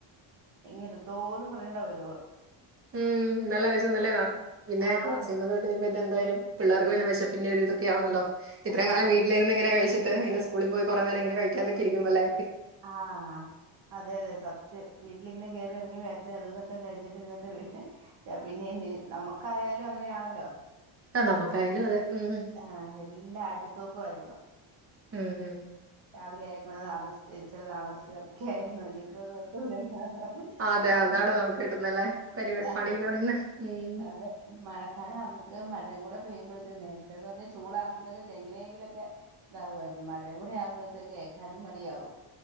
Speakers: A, on the right (about 55°); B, on the right (about 30°).
A: എങ്ങെടുത്തോന്നും പറഞ്ഞണ്ടാ വരുവ
B: ഉം നല്ല വെശനല്ലെ പിന്നെ
A: ആഹ്
B: ക്ലാസ്
A: വെ
B: <unintelligible> എന്തായാലും. പിള്ളേർക്ക് പിന്നെ വിശപ്പിന്റെ ഒരു ഇതൊക്കെയണലോ ഇത്രം
A: ആ,
B: കാലം
A: അതെ
B: വീട്ടിലിരുന്ന് ഇങ്ങനെ കഴിച്ചിട്ട്. ട്ട് പിന്നെ സ്കൂളിൽ പോയി കൊറേ നേരങ്ങനെ കഴിക്കാതൊക്കിരിക്കുമ്പല്ലേ?
A: ആഹ് അതെ അതെ സത്യം വീട്ടിലിങ്ങനെ കയറി ഇറങ്ങി ബേക്കറി അതുതൊക്കെ കഴിച്ചിട്ട്. <unintelligible> പിന്നെ നമ്മുക്കായാലും അങ്ങനെയാണല്ലോ?
B: ആ നമുക്കായാലും
A: എ
B: അതെ ഉം
A: ആഹ എല്ലാ അടുത്തോക്കും ആയിരുന്നു.
B: ഹം ഹം
A: രാവിലെ ഏക്കണ താമസി ച്ചിത്തിരി താമസിച്ച്. ഒക്കെ ആയിരുന്നു ഇനിയിപ്പത് പറ്റൂലല്ലോ?
B: അതെ അതാണ് നമുക്ക് കിട്ടുന്നല്ലേ പരിപാടി
A: ആ
B: പണിന്ന് പറയുന്നെ ഉം
A: അതേ മഴക്കാലം ആവുമ്പഴത്തെ മഴയും കൂടെ പെയ്യുമ്പോഴ നേരത്തെന്ന് പറഞ്ഞാൽ ചൂടാകുമ്പോഴത്തേക്കും എങ്ങനെങ്കിലും ഒക്കെ ഇതാവുമായിരുന്നു മഴയും കൂടി ആ കുമ്പോഴത്തേക്ക് ഏക്കാനും. മടിയാവും.